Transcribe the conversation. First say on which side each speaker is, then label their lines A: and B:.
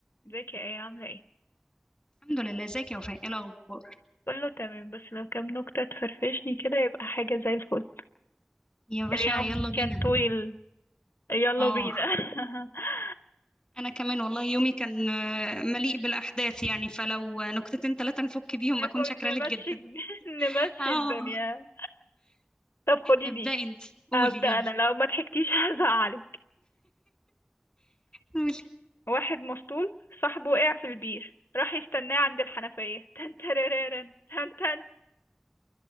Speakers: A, on the left (about 70°); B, on the left (about 15°).
A: ازيك يا ايه عاملة ايه؟
B: الحمد لله ازيك يا وفاء ايه الاخبار
A: كله تمام بس لو كام نكتة تفرفشني كده يبقى حاجة زي الفل
B: يا باشا
A: اليوم
B: يلا بينا
A: كان طويل يلا
B: اه
A: بينا <laughs>
B: انا كمان والله يومي كان آه، مليء بالاحداث يعني فلو نكتتين ثلاثه نفك بيهم
A: نفوق
B: اكون شاكره
A: نمشي
B: لك جدا
A: <laughs> نمشي
B: اه
A: الدنيا طب خدي
B: ابدأ
A: دي
B: انت قولي
A: هبدأ
B: يلا
A: انا لو ما ضحكتيش <laughs> هزعلك
B: قولي
A: واحد مسطول صاحبه وقع في البير راح يستناه عند الحنفية <laughs> تن ترررن تن تن